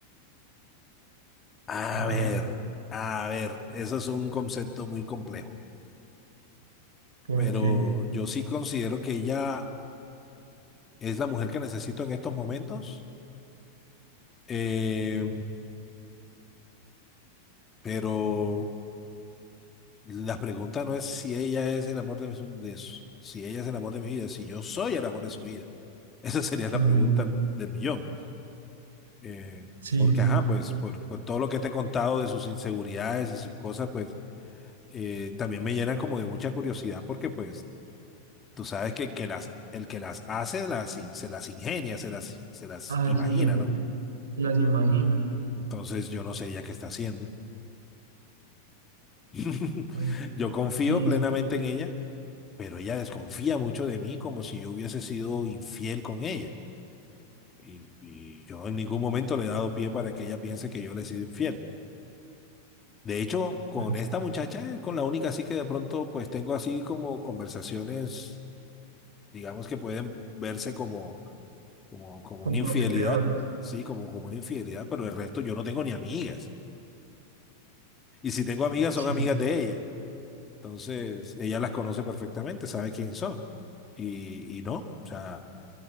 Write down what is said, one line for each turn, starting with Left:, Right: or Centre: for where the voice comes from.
Left: A
Right: A
Left: ver,
Right: ver,
Left: a ver, eso es un concepto muy complejo,
Right: ¿por
Left: pero
Right: qué?
Left: yo sí considero que ella es la mujer que necesito en estos momentos, eh, pero la pregunta no es si ella es el amor de, su- de su- si ella es el amor de mi vida, si yo soy el amor de su vida. <laughs> Esa sería la
Right: Muy.
Left: pregunta del millón. Eh,
Right: Sí,
Left: porque,
Right: sí.
Left: ajá, pues por, por todo lo que te he contado de sus inseguridades y sus cosas, pues eh, también me llenan como de mucha curiosidad porque, pues, tú sabes que el que las, el que las hace, las, in- se las ingenia, se las, se las
Right: Así
Left: imagina,
Right: es.
Left: ¿no?
Right: Las imagina.
Left: Entonces, yo no sé ella qué está haciendo. <laughs>
Right: Oye,
Left: Yo confío
Right: sí,
Left: plenamente
Right: sí,
Left: en ella, pero ella desconfía mucho de mí como si yo hubiese sido infiel con ella. Y, y yo en ningún momento le he dado pie para que ella piense que yo le he sido infiel. De hecho, con
Right: las
Left: esta muchacha, es con la única así que de pronto pues tengo así como conversaciones, digamos que pueden verse como, como, como
Right: comprometedoras.
Left: una infidelidad, sí, como, como una infidelidad, pero el resto yo no tengo ni amigas. Y si tengo amigas, son
Right: Sí,
Left: amigas de ella. Entonces, ella las conoce perfectamente, sabe quién son. Y, y no, o sea,